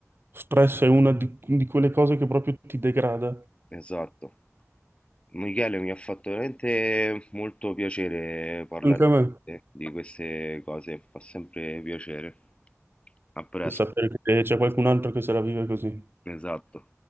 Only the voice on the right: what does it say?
Stress è una di, di quelle cose che proprio ti degrada.
Anche
a me.
E sapere che c'è qualcun altro che se la vive così.